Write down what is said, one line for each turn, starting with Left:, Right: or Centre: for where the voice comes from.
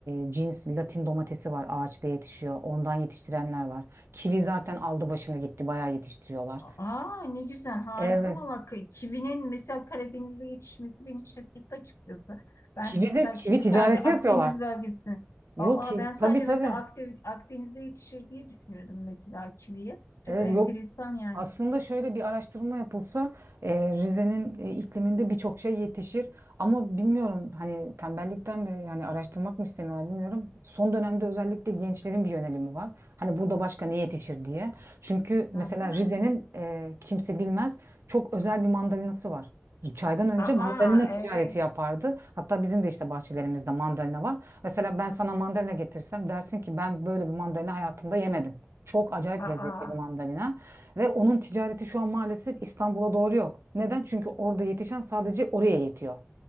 Right: e, cins Latin domatesi var ağaçta yetişiyor. Ondan yetiştirenler var. Kivi zaten aldı başını gitti bayağı yetiştiriyorlar.
Left: Aa ne güzel harika
Right: Evet.
Left: valla Ki- kivinin mesela Karadeniz'de yetişmesi beni şaşırttı açıkçası. Ben
Right: Kivi
Left: mesela
Right: de kivi
Left: kivi
Right: ticareti
Left: sadece Akdeniz
Right: yapıyorlar.
Left: bölgesi.
Right: Yok
Left: Aa
Right: ki
Left: ben sadece
Right: tabii tabii.
Left: mesela Akde- Akdeniz'de yetişir diye düşünüyordum mesela kiviyi. Çok
Right: Evet
Left: enteresan
Right: yok
Left: yani.
Right: Aslında şöyle bir araştırma yapılsa e, Rize'nin e, ikliminde birçok şey yetişir. Ama bilmiyorum hani tembellikten mi yani araştırmak mı istemiyorlar bilmiyorum. Son dönemde özellikle gençlerin bir yönelimi var. Hani burada başka ne yetişir diye. Çünkü mesela
Left: Hı hı.
Right: Rize'nin e, kimse bilmez çok özel bir mandalinası var. Çaydan önce
Left: Aa
Right: mandalina ticareti
Left: evet.
Right: yapardı. Hatta bizim de işte bahçelerimizde mandalina var. Mesela ben sana mandalina getirsem dersin ki ben böyle bir mandalina hayatımda yemedim. Çok acayip
Left: Aa.
Right: lezzetli bir mandalina. Ve onun ticareti şu an maalesef İstanbul'a doğru yok. Neden? Çünkü orada yetişen sadece oraya yetiyor.